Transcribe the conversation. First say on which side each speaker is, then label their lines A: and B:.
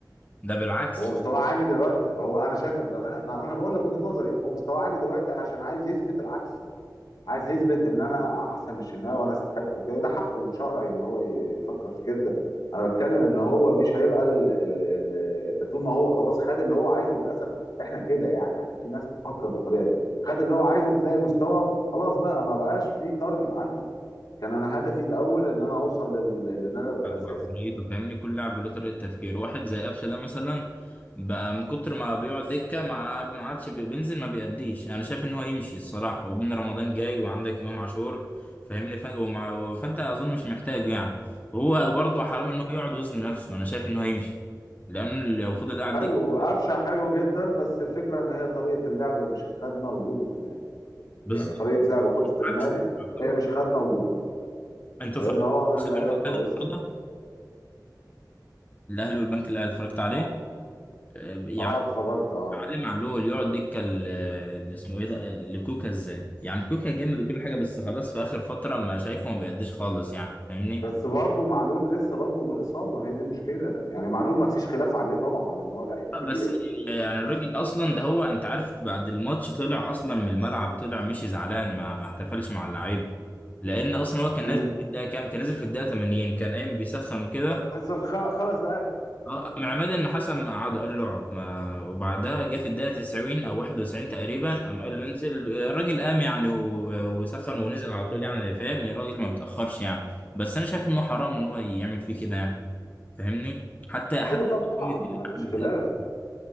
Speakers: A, on the left; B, on the left.
A: ده بالعكس
B: هو مستواه عالي دلوقتي هو انا شايف انا انا بقول لك وجهة نظري هو مستواه عالي دلوقتي عشان عايز يثبت العكس عايز يثبت ان انا احسن من الشناوي وانا استحق وكده ده حقه شرعي ان هو يفكر في كده انا بتكلم ان هو مش هيبقى ال... ال... ال... طول ما هو خلاص خد اللي هو عايزه للاسف احنا كده يعني احنا في ناس بتفكر بالطريقه دي خد اللي هو عايزه تلاقي المستوى خلاص بقى ما بقاش في تارجت عندي كان انا هدفي الاول ان انا اوصل لل... لان انا ابقى
A: عن
B: الاساسي
A: عقليته فاهمني كل لاعب له طريقة تفكير واحد زي قفشة ده مثلا بقى من كتر ما بيقعد دكة ما ما عادش بي- بينزل ما بيأديش أنا شايف إن هو يمشي الصراحة وبين رمضان جاي وعندك إمام عاشور فاهمني ف... ومع... فأنت أظن مش محتاجه يعني وهو برضه حرام إن هو يقعد وزن نفسه أنا شايف إن هو يمشي لأنه لو فضل قاعد
B: حلو
A: دكة
B: قفشه حلو جدا بس الفكره ان هي طريقه اللعب مش خادمه وجوده في النادي
A: بالظبط
B: يعني طريقه لعب خطه النادي
A: عكس- يعتبر-
B: هي مش خادمه وجوده
A: أنت
B: لان
A: اتفرجت
B: هو من اللعيبه
A: على البنك
B: الكويسه
A: الأهلي النهارده الأهلي والبنك الأهلي اتفرجت عليه
B: اه
A: آه، يعني
B: اه اتفرجت اه
A: اتعلم علي معلول يقعد دكه ل- اللي اسمه ايه ده لكوكا ازاي يعني كوكا جامد وكل حاجه بس خلاص في اخر فتره ما شايفه ما بيقدش خالص يعني فاهمني
B: بس برضه معلول لسه برضه من الاصابه ما هي دي المشكله يعني معلول ما فيش خلاف عليه طبعا ان هو لعيب
A: آه، بس
B: كبير
A: يعني
B: بس
A: الراجل اصلا ده هو انت عارف بعد الماتش طلع اصلا من الملعب طلع مشي زعلان ما, ما احتفلش مع اللعيب لان اصلا هو كان
B: امم
A: نازل في الدقيقه كام كان نازل في الدقيقه 80 كان قايم بيسخن وكده
B: نزل خ- خمس دقائق
A: اه
B: مم.
A: مع عماد النحاس اما قعدوا قال له اقعد ما وبعدها جه في الدقيقه 90 او 91 تقريبا قام قال له انزل الراجل قام يعني و- وسخن ونزل على طول يعني فاهم الراجل ما بيتاخرش يعني بس انا شايف انه حرام ان هو يعمل فيه كده يعني فاهمني حتى حتى
B: ايوه طبعا
A: قيمة
B: ما
A: اللعب
B: فيش خلاف
A: ده.